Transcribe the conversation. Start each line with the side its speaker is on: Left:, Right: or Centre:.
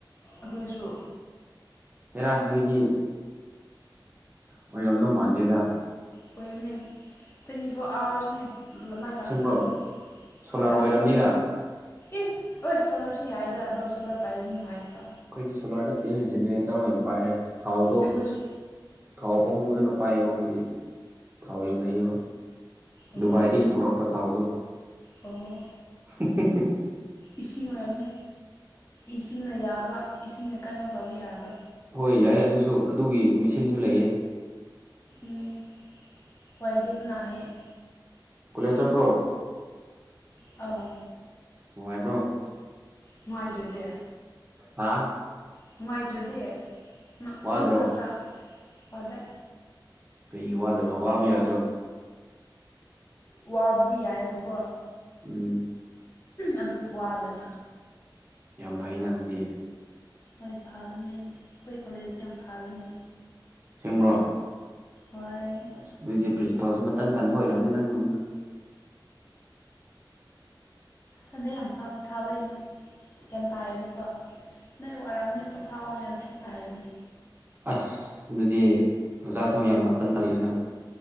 Left: ꯑꯈꯣꯏꯁꯨ꯫
Right: ꯍ‌ꯦꯔꯥ ꯅꯣꯏꯗꯤ ꯑꯣꯏꯔꯝꯗꯧ ꯃꯥꯟꯗꯦꯗ꯫
Left: ꯑꯣꯏꯕꯅꯦ ꯇ꯭ꯋꯦꯟꯇꯤ ꯐꯣꯔ ꯑꯋꯥꯔꯁꯅꯦ ꯃꯥꯏ ꯂꯥꯛꯄꯗꫭ
Right: ꯑꯁꯦꯡꯕ꯭ꯔꯣ ꯁꯣꯂꯥꯔ
Left: ꯍꯣꯏ꯫
Right: ꯑꯣꯏꯔꯝꯅꯤꯗ
Left: ꯢꯁ ꯑꯣꯢ ꯁꯣꯂꯥꯔꯁꯨ ꯌꯥꯏꯗ ꯑꯗꯣ ꯁꯣꯂꯔ ꯄꯥꯏꯕꯗꯤ ꯅꯨꯡꯉꯥꯏꯗ꯭ꯔꯥ
Right: ꯑꯩꯈꯣꯏꯗꯤ ꯁꯣꯂꯥꯔ ꯅꯠꯇꯦ ꯖꯦꯅꯦꯔꯦꯇꯔ ꯑꯣꯏꯅ ꯄꯥꯏꯔꯦ ꯊꯥꯎꯗꯣ
Left: ꯑꯈꯣꯏꯁꯨ꯫
Right: ꯊꯥꯎ ꯄꯥꯝꯃꯨꯗꯅ ꯄꯥꯏꯑꯕ ꯑꯈꯣꯏꯗꯤ ꯊꯥꯎ ꯌꯥꯝ ꯂꯩꯌꯦꯕ꯫
Left: ꯑꯦ
Right: ꯗꯨꯕꯥꯏꯗꯒꯤ
Left: ꯑꯣ
Right: ꯄꯨꯔꯛꯄ ꯊꯥꯎꯗꯣ
Left: ꯑꯣ
Right: <inaudible>
Left: ꯏꯁꯤꯡ ꯑꯣꯏꯔꯝꯅꯦ ꯢꯁꯤꯡꯅ ꯌꯥꯕ ꯏꯁꯤꯡꯅ ꯀꯩꯅꯣ ꯇꯧꯕ ꯌꯥꯕ꯫
Right: ꯍꯣꯏ ꯌꯥꯏ ꯑꯗꯨꯁꯨ ꯑꯗꯨꯒꯤ ꯃꯤꯁꯤꯟꯁꯨ ꯂꯩꯌꯦ
Left: ꯎꯝ ꯍꯏꯒꯦ ꯑꯗꯨꯅ ꯍꯌꯦꯦ <inaudible>
Right: ꯀꯣꯂꯦꯖ ꯆꯠꯄ꯭ꯔꯣ꯫
Left: ꯑꯥꯎ
Right: ꯅꯨꯡꯉꯥꯏꯕ꯭ꯔꯣ꯫
Left: ꯅꯨꯡꯉꯥꯏꯇ꯭ꯔꯗꯤ
Right: ꯍꯥ
Left: ꯅꯨꯡꯉꯥꯏꯇ꯭ꯔꯥꯗꯤ ꯅꯪ
Right: ꯋꯥꯗ꯭ꯔꯣ
Left: ꯅꯪ ꯆꯠꯇ꯭ꯔꯥ ꯐꯗꯦ꯫
Right: ꯀꯩꯒꯤ ꯋꯥꯗꯕ ꯋꯥꯕ ꯌꯥꯗ꯭ꯔꯣ꯫
Left: ꯋꯥꯕꯗꯤ ꯌꯥꯏꯌꯦꯕꯀꯣ
Right: ꯎꯝ
Left: ꯑꯗꯨ ꯋꯥꯗꯕ
Right: ꯌꯥꯝ ꯐꯩꯅ ꯑꯗꯨꯗꯤ
Left: ꯍꯣꯏ ꯐꯕꯅꯦ ꯑꯩꯈꯣꯏ ꯀ꯭ꯋꯥꯂꯦꯖꯇꯤ ꯌꯥꯝ ꯐꯕꯅꯦ
Right: ꯁꯦꯡꯕ꯭ꯔꯣ꯫
Left: ꯍꯣꯏ꯫
Right: ꯑꯁ ꯑꯗꯨꯗꯤ ꯄ꯭ꯔꯤꯟꯁꯤꯄꯥꯜꯁꯨ ꯃꯇꯟ ꯇꯟꯕ ꯑꯣꯏꯔꯝꯅꯤ ꯅꯪꯒꯨꯝꯅ
Left: ꯑꯗꯨ ꯌꯥꯝ ꯐꯥꯕꯩꯅꯦ ꯒ꯭ꯌꯥꯟ ꯇꯥꯏꯌꯦꯕꯀꯣ ꯅꯣꯏ ꯋꯥꯔꯝꯅꯦ ꯄꯣꯊꯥꯑꯣ ꯑꯣꯏꯅ ꯍꯦꯛꯇꯥ ꯍꯥꯏꯕꯅꯤ
Right: ꯑꯁ ꯑꯗꯨꯗꯤ ꯑꯣꯖꯥꯁꯨ ꯌꯥꯝ ꯃꯟꯇꯟ ꯇꯜꯂꯦꯅ